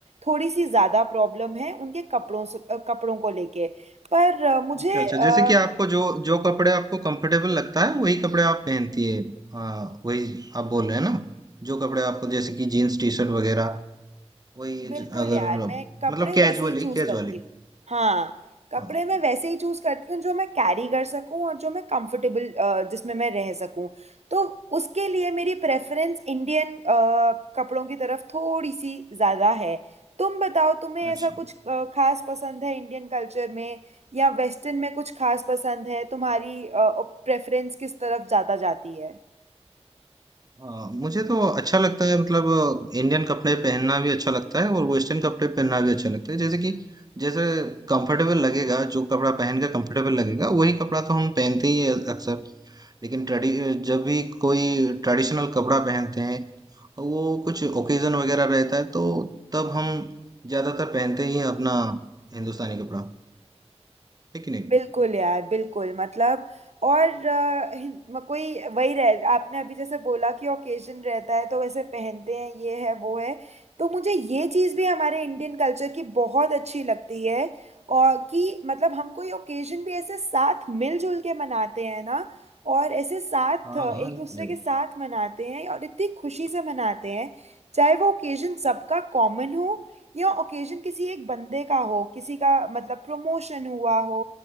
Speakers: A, on the right (about 75°); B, on the right (about 35°).
A: थोड़ी सी ज़्यादा प्रॉब्लम है उनके कपड़ों से अ, कपड़ों को लेके पर अ, मुझे
B: अच्छा अच्छा,
A: अ,
B: जैसे कि आपको जो जो कपड़े आपको कंफर्टेबल लगता है वही कपड़े आप पहनती है हाँ वही आप बोल रहे हैं ना जो कपड़े आपको जैसे कि जीन्स टी शर्ट वगैरह वही
A: बिल्कुल
B: ज- अगर
A: यार मैं कपड़े
B: मतलब कैजुअली
A: वैसे ही चूज
B: कैजुअली
A: करती हूँ हाँ
B: हाँ
A: कपड़े मैं वैसे ही चूज करती हूँ जो मैं कैरी कर सकूँ और जो मैं कंफर्टेबल जिसमें मैं रह सकूँ तो उसके लिए मेरी प्रेफरेंस इंडियन कपड़ों की तरफ थोड़ी सी ज़्यादा है तुम बताओ तुम्हें ऐसा
B: अच्छा
A: कुछ अ, खास पसंद है इंडियन कल्चर में या वेस्टर्न में कुछ खास पसंद है तुम्हारी प्रेफरेंस किस तरफ ज़्यादा जाती है
B: हाँ, मुझे तो अच्छा लगता है मतलब अ, इंडियन कपड़े पहनना भी अच्छा लगता है और वेस्टर्न कपड़े पहनना भी अच्छा लगता है जैसे कि जैसे कंफर्टेबल लगेगा जो कपड़ा पहन के कंफर्टेबल लगेगा वही कपड़ा तो हम पहनते ही है अक्सर लेकिन ट्रेडि जब भी कोई ट्रेडिशनल कपड़ा पहनते हैं वो कुछ ओकेजन वगैरह रहता है तो तब हम ज्यादातर पहनते ही हैं अपना हिंदुस्तानी कपड़ा है कि नहीं
A: बिल्कुल यार बिल्कुल मतलब और अ, हिन- म- कोई वही रह आपने अभी जैसे बोला कि ओकेजन रहता है तो वैसे पहनते हैं ये है वो है तो मुझे ये चीज़ भी हमारे इंडियन कल्चर की बहुत अच्छी लगती है और कि मतलब हम कोई ओकेजन भी ऐसे साथ मिलजुल के मनाते हैं ना और ऐसे साथ
B: हाँ
A: अ,
B: हाँ
A: एक दूसरे
B: जरूर।
A: के साथ मनाते हैं और इतनी खुशी से मनाते हैं चाहे वो ओकेजन सबका कॉमन हो या ओकेजन किसी एक बंदे का हो किसी का मतलब प्रमोशन हुआ हो